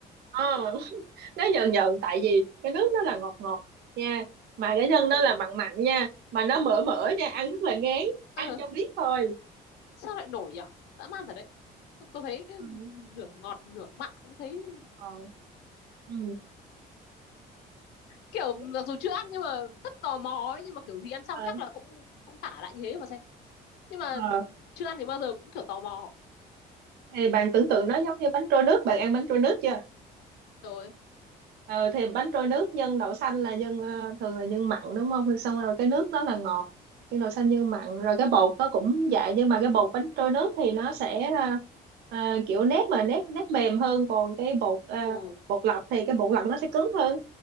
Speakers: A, on the right; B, on the left.
A: ờ <laughs> nó nhờn nhờn tại vì cái nước nó là ngọt ngọt nha mà cái nhân nó
B: ừ
A: là mặn mặn nha mà nó mỡ mỡ nha ăn rất là ngán
B: Ờ,
A: ăn cho biết thôi
B: sao lại nổi nhở dã man thật đấy tớ thấy
A: ừ.
B: nửa ngọt nửa mặn cũng thấy
A: ờ ừ.
B: kiểu
A: <laughs>
B: mặc dù chưa ăn nhưng mà rất tò mò ấy nhưng mà kiểu gì ăn xong
A: Ờ.
B: chắc là cũng cũng tả lại như thế mà xem nhưng mà
A: Ờ.
B: chưa ăn thì bao giờ cũng kiểu tò mò
A: thì bạn tưởng tượng nó giống như bánh trôi nước bạn ăn bánh trôi nước chưa
B: rồi
A: ừ, thì bánh trôi nước nhân đậu xanh là nhân ờ, thường là nhân mặn đúng không Rồi xong rồi cái nước đó là ngọt nhân đậu xanh nhân mặn rồi cái bột nó cũng vậy nhưng mà cái bột bánh trôi nước thì nó sẽ ờ, ờ, kiểu nếp mà nếp nếp mềm hơn còn cái bột ờ,
B: ừ
A: bột lọc thì cái bột lọc nó sẽ cứng hơn